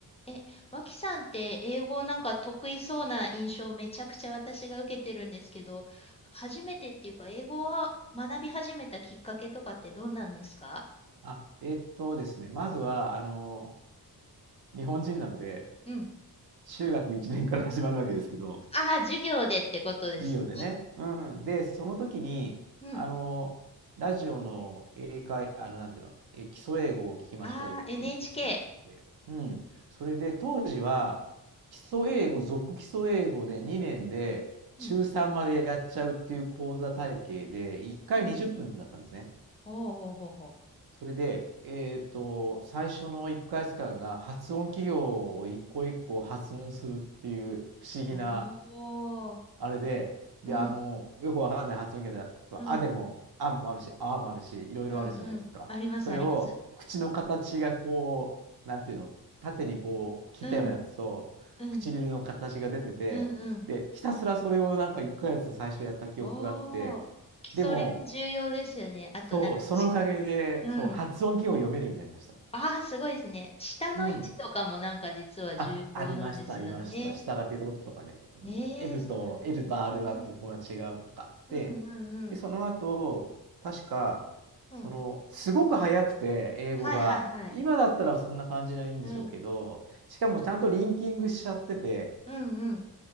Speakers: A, on the left; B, on the right.
A: え、脇さんって英語なんか得意そうな印象をめちゃくちゃ私が受けてるんですけど、初めてっていうか、英語を学び始めたきっかけとかってどうなんですか
B: あ、えっとですね、まずは、あの、日本人なので、
A: うん。
B: 中学1年から始まるわけですけど、
A: ああ、授業でってことですね。
B: 授業でね。うん。で、その時に、
A: うん。
B: あの、ラジオの英会、あの、なんていうの、え、基礎英語を聞きましょうっていうことになって、
A: ああ、NHK。
B: うん。それで、当時は、基礎英語、続基礎英語で2年で、
A: うん。
B: 中3までやっちゃうっていう講座体系で、1回20分だったんですね。
A: うんうん。おーほうほうほ
B: それで、えっと、最初の1ヶ月間が発音企業を一個一個発音するっていう不思議な
A: う。おー。
B: あれで、で、
A: うん。
B: あの、よくわかんない発音企業で、例えばあでも、
A: うん。
B: あもあるし、あもあるし、いろいろあるじゃないですか。
A: うんうん。あります、
B: それを口の形がこう、
A: あります。
B: なんていうの、縦にこう切ったようなやつと、
A: うん。うん。
B: 唇の形が出てて、
A: うんうん。
B: で、ひたすらそれをなんか1ヶ月最初やった記憶があって、
A: おー。基礎練重要ですよね。
B: でも、
A: あとなんか、
B: そう、そのおかげで、
A: うん。
B: そう、発音記号を読めるようになりました。
A: ああ、すごいですね。下の位置とかもなんか実は重要なんですよね。
B: うん。あ、ありました、ありました。下がベロッとかね。うん、
A: ええそうなんだ。
B: L と、L と
A: うんうん。
B: R はここは違うとか。
A: うんうんうん。
B: で、で、その後、確か、
A: うん。
B: その、すごく早くて、英語が。
A: はいはいはい。
B: 今だったらそんな感じないんでしょうけど、
A: うん。
B: しかもちゃんとリンキングしちゃってて、
A: うんうん。